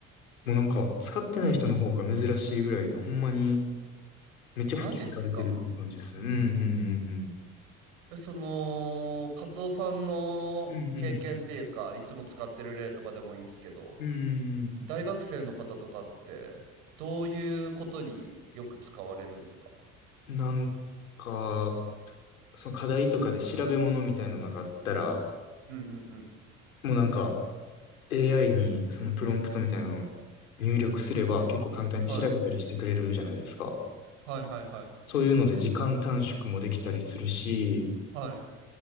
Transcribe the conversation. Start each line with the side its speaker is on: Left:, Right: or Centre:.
Left: もうなんか使ってない人の方が珍しいぐらいで、ほんまにめっちゃ普及されてるって感じですね。
Right: あマジっすか。
Left: うんうん
Right: え、その、カツオさんの経験っていうか、
Left: うんうん。うんうん。
Right: いつも使ってる例とかでもいいんですけど、
Left: うんうん
Right: 大学生の方とかって、どういうことによく使われるんですか
Left: うん。なんか、その課題とかで調べ物みたいなのがあったら、
Right: うんうんうん。
Left: もうなんか AI にそのプロンプトみたいなのを入力すれば結構簡単に調べたりしてくれるじゃないですか。
Right: はい。はいはいはい。
Left: そういうので時間短縮もできたりするし、
Right: はい。